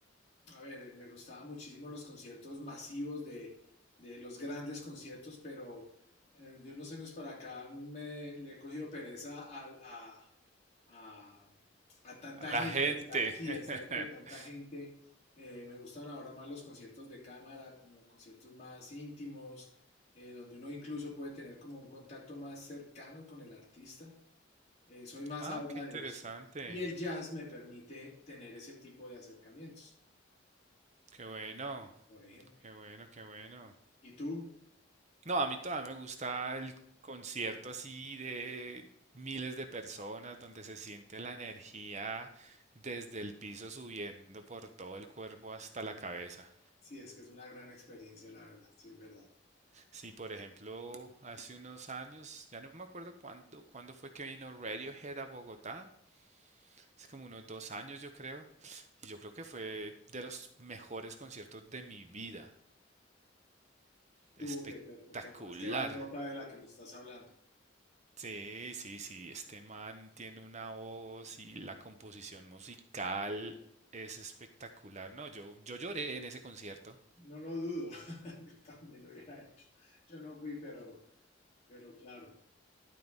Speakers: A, on the left (about 35°); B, on the right (about 35°).
A: a ver, eh, me gustaban muchísimo los conciertos masivos de, de los grandes conciertos, pero eh, de unos años para acá me, le he cogido pereza a, a, a, a tanta
B: A la
A: gente,
B: gente.
A: a estar, sí,
B: <laughs>
A: a estar entre tanta gente. Eh, me gustan ahora más los conciertos de cámara, como conciertos más íntimos, eh, donde uno incluso puede tener como un contacto más cercano con el artista. Eh, soy más
B: Ah,
A: ahora
B: qué interesante.
A: de eso. Y el jazz me permite tener ese tipo de acercamientos,
B: Qué bueno,
A: por ejemplo.
B: qué bueno, qué bueno.
A: ¿Y tú?
B: No, a mí todavía me gusta el concierto así de miles de personas donde se siente la energía desde el piso subiendo por todo el cuerpo hasta la cabeza.
A: Sí, es que es una gran experiencia, la verdad, sí es verdad.
B: Sí, por ejemplo, hace unos años, ya no me acuerdo cuánto, cuándo fue que vino Radiohead a Bogotá, hace como unos dos años yo creo, y yo creo que fue de los mejores conciertos de mi vida,
A: Tuvo
B: espectacular.
A: que ser, porque además qué bandota de la que me estás hablando.
B: Sí, sí, sí, este man tiene una voz y la composición musical es espectacular. No, yo, yo lloré en ese concierto.
A: No lo dudo, <laughs> yo también lo hubiera hecho. Yo no fui, pero, pero claro,